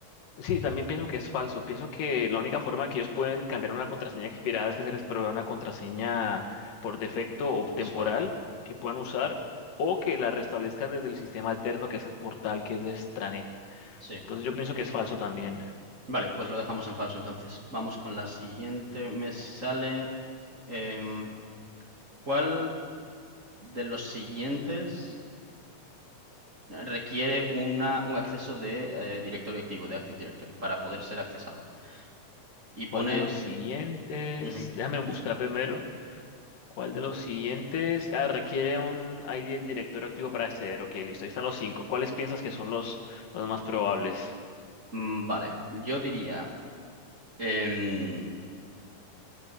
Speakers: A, on the left; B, on the right.
A: sí, también pienso que es falso. Pienso que la única forma que ellos pueden cambiar una contraseña expirada es que se les provea una contraseña por defecto o temporal
B: Es correcto.
A: que puedan usar o que la restablezcan desde el sistema alterno que es el portal que es de Stranet.
B: Sí.
A: Entonces yo pienso que es falso también.
B: Vale, pues lo dejamos en falso entonces. Vamos con la siguiente. Me sale. em, ¿cuál de los siguientes requiere una, un acceso de eh, directorio activo, de Active Directory, para poder ser accesado? y pone
A: ¿Cuál de los siguientes?
B: Ujú.
A: Déjame buscar primero. ¿Cuál de los siguientes? Ah, requiere un ID del director activo para acceder. Ok, listo. Ahí están los cinco. ¿Cuáles piensas que son los, los más probables?
B: Mm, Vale, yo diría, em,